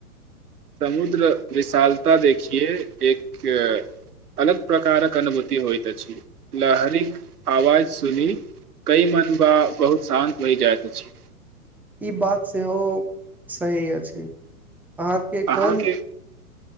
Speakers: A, on the right; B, in the centre.
A: समुद्र विशालता देखिये एक अलग प्रकारक अनुभूति होइत अछि लहरीक आवाज सुनी कई मन बा बहुत शान्त भयी जाइत अछि
B: ई बात सेहो सही अछि अहाँके
A: अहाँके
B: कोन